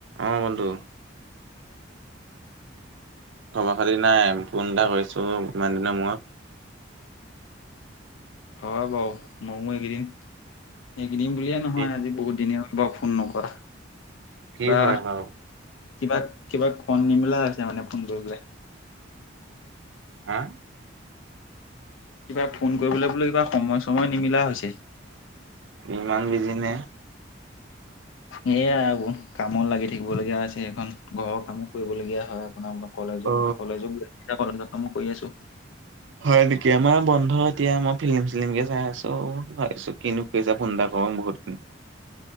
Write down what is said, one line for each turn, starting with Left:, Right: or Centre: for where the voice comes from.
Right: অ বন্ধু খবৰ খাতি নাই ফোন এটা কৰিছো ইমান দিনৰ মূৰত।
Left: হয়' বাৰু। মোৰো এইকেইদিন, এইকেইদিন বুলিয়ে নহয়
Right: এ
Left: আজি বহুত দিনে হ'ল বাওঁ ফোন নকৰা
Right: কি
Left: বা
Right: হয় বাৰু
Left: কিবা কিবা ফোন নিমিলা হৈছে মানে ফোন কৰিবলে
Right: হা?
Left: কিবা ফোন কৰিবলৈ বোলে কিবা সময়-চময় নিমিলা হৈছে।
Right: ইমান বিজি নে।
Left: সেয়াই এবোন কামত লাগি থাকিব লগীয়া হৈছে সেইখন ঘৰৰ কামো কৰিবলগীয়া হয়। আপোনাৰ অলপ কলেজোম
Right: অ
Left: কলেজে গৈ আছো এতিয়া কলেজ কামো কৰি আছো।
Right: হয় নেকি। আমাৰ বন্ধ এতিয়া মই ফিল্ম-চিল্মকে চাই আছো। ভাবিছো কিনো পিছে ফোন এটা কৰো বহুতখিন